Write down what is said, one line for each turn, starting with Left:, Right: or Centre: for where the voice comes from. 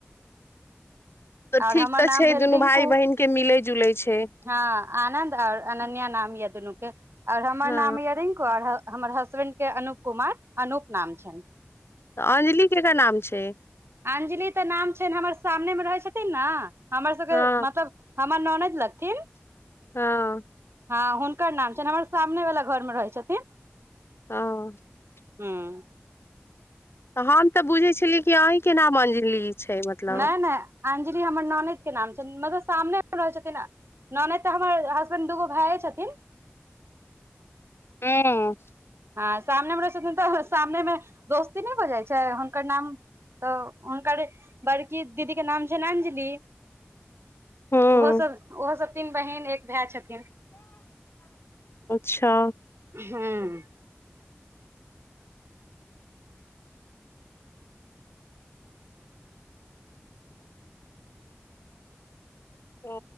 Left: तऽ
Right: आओर
Left: ठीक
Right: हमर
Left: तऽ
Right: नाम
Left: छै
Right: भेल
Left: दुनू
Right: रिंकू,
Left: भाय बहिन के मिलै जुलै छै
Right: हँ आनद आओर अनन्या नाम अद नक और हमर
Left: हँ
Right: नाम य रंकु आर हमर हसबैंड के अनूप कुमार अनुप नाम छ
Left: तऽ अंजलि केकर नाम छै।
Right: अं्जलि नाम छै हमर सामने मे रहै छै ना हमर सबके
Left: हँ
Right: मतलब हमर नन लकीम
Left: हँ
Right: हँ हुनकर नाम छनि हमर सामने वला घरमे रहै छथिन।
Left: ह
Right: हँ।
Left: त हम तऽ बुझै छली कि अहीं के नाम अंजित ली छै मतलब
Right: नहि नहि अंजलि हमर ननद के नाम छ मतलब सामने रहे छथिन ननद त हमर हसबैंड दूगो भाय छथिन
Left: हूं
Right: आ सामने हमरा <unintelligible> सामने मे दोस्ती नहि हो जाइ छै ु नाम तऽ हुनकर बड़की दीदीके नाम छनि अंजलि।
Left: हूँ
Right: ओहो सब ओहो सब तीन बहिन एक भाय छथिन
Left: अच्छा
Right: हँ
Left: ओ